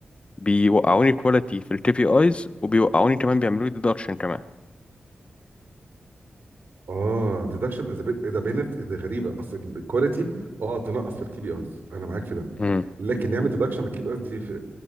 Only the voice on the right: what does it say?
اه ديدكشن از ايه ده بينالتي ده غريبه اصل الكواليتي اه تنقص في الكي بي ايز انا معاك في ده
لكن يعمل ديدكشن على الكي بي ايز دي في-